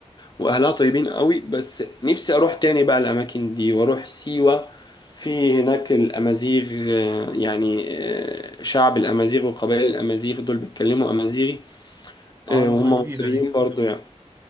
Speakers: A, on the left (about 35°); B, on the right (about 20°).
A: واهلها طيبين قوي بس نفسي اروح تاني بقى الاماكن دي واروح سيوة في هناك الامازيغ آه، يعني آه، شعب الامازيغ وقبائل الامازيغ دول بيتكلموا امازيغي آه،
B: اه لغة
A: وهم
B: جديدة
A: مصريين
B: دي
A: برضو يعني